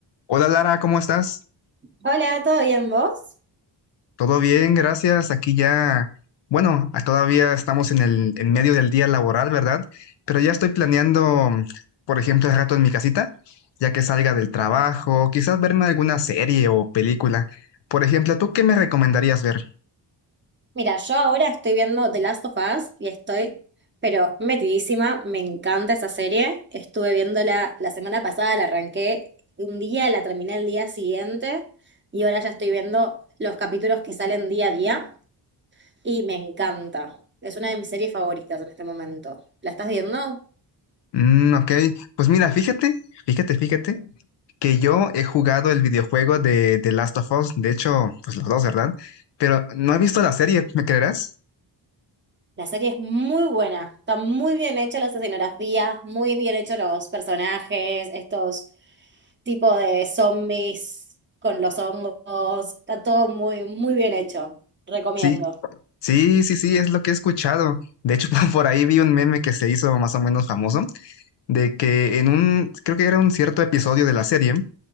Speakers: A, on the left (about 70°); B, on the right (about 25°).
A: Hola Lara, ¿cómo estás?
B: Hola, ¿todo bien vos?
A: Todo bien, gracias. Aquí ya, bueno, a- todavía estamos en el en medio del día laboral, ¿verdad? Pero ya estoy planeando, por ejemplo, el rato en mi casita, ya que salga del trabajo, quizás verme alguna serie o película. Por ejemplo, ¿tú qué me recomendarías ver?
B: Mira, yo ahora estoy viendo The Last of Us y estoy, pero metidísima, me encanta esa serie. Estuve viéndola la semana pasada, la arranqué un día, la terminé el día siguiente y ahora ya estoy viendo los capítulos que salen día a día y me encanta. Es una de mis series favoritas en este momento. ¿La estás viendo?
A: Mm, ok, pues mira, fíjate, fíjate, fíjate que yo he jugado el videojuego de The Last of Us, de hecho, pues los dos, ¿verdad? Pero no he visto la serie, ¿me creerás?
B: La serie es muy buena, está muy bien hecha las escenografías, muy bien hechos los personajes, estos tipos de zombies con los hongos, está todo muy, muy bien hecho. Recomiendo.
A: Sí. Sí, sí, sí, es lo que he escuchado. De hecho, <laughs> por ahí vi un meme que se hizo más o menos famoso, de que en un, creo que era un cierto episodio de la serie,